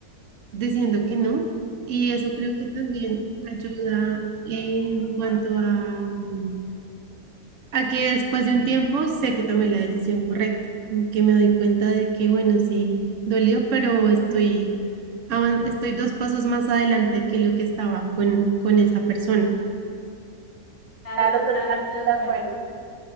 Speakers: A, on the right (about 60°); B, on the left (about 25°).
A: diciendo que no. Y eso creo que también ayuda en cuanto a, mm, a que después de un tiempo sé que tomé la decisión correcta, como que me doy cuenta de que, bueno, sí, dolió, pero estoy, avan- estoy dos pasos más adelante que lo que estaba con, con esa persona.
B: Claro,
A: Claro,
B: totalmente
A: totalmente
B: de acuerdo.
A: de acuerdo.